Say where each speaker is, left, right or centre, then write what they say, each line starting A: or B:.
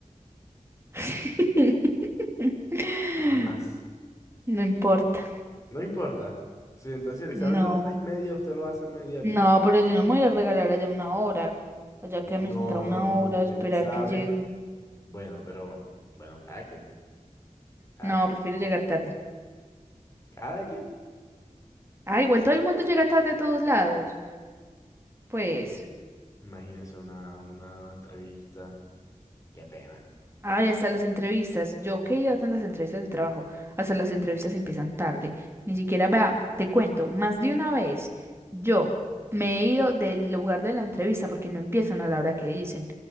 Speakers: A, on the right; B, on the left.
A: <laughs>
B: nada más.
A: No importa.
B: No importa. Si entonces si el examen
A: No.
B: dura hora y media, usted lo hace en media horita.
A: No, pero yo no me voy a ir a regalar allá una hora. Allá
B: No,
A: que me sentado una
B: no,
A: hora
B: usted
A: a esperar
B: sabe.
A: que lleguen.
B: Bueno, pero, bueno, cada quien, cada
A: No,
B: quien,
A: prefiero llegar tarde.
B: cada quien.
A: Ah, igual todo el mundo llega tarde a todos lados. Pues.
B: Imagínese una, una entrevista. Qué pena.
A: Ay, hasta las entrevistas. Yo que he ido a tantas entrevistas de trabajo, hasta las entrevistas empiezan tarde. Ni siquiera, vea, te cuento, más de una vez yo me he ido del lugar de la entrevista porque no empiezan a la hora que dicen.